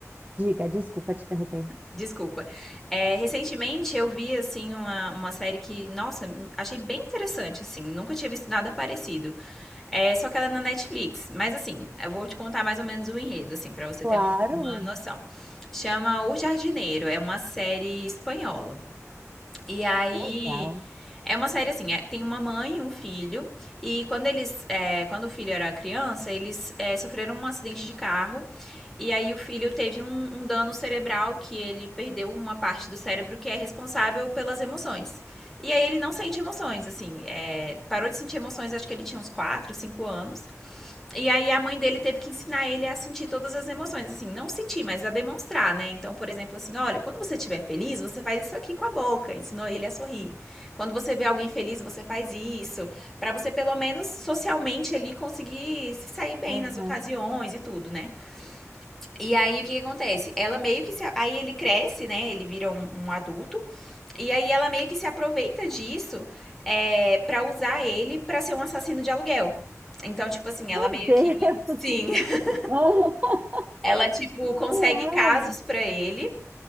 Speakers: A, on the right; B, in the centre.
A: Diga, desculpa te interromper.
B: desculpa, é, recentemente eu vi assim uma, uma série que, nossa, achei bem interessante assim, nunca tinha visto nada parecido. É, só que ela é na Netflix. Mas assim, eu vou te contar mais ou menos o enredo, assim, para você
A: Claro,
B: ter um- uma noção. Chama O Jardineiro, é uma série espanhola. E aí
A: que legal.
B: é uma série assim, é- tem uma mãe e um filho, e quando eles, é, quando o filho era criança, eles é, sofreram um acidente de carro, e aí o filho teve um, um dano cerebral que ele perdeu uma parte do cérebro que é responsável pelas emoções. E aí ele não sente emoções, assim, é, parou de sentir emoções, acho que ele tinha uns 4 5 anos. E aí a mãe dele teve que ensinar ele a sentir todas as emoções, assim, não sentir, mas a demonstrar, né? Então, por exemplo, assim, olha, quando você estiver feliz, você faz isso aqui com a boca, ensinou ele a sorrir. Quando você vê alguém feliz, você faz isso, para você pelo menos socialmente ali conseguir se sair bem
A: Aham.
B: nas ocasiões e tudo, né? E aí o que, que acontece? Ela meio que se. Aí ele cresce, né? Ele vira um, um adulto. E aí ela meio que se aproveita disso é, para usar ele pra ser um assassino de aluguel. Então, tipo assim, ela
A: Meu
B: meio
A: Deus!
B: que. Sim. <laughs>
A: <laughs>
B: Ela, tipo, consegue
A: Uau!
B: casos pra ele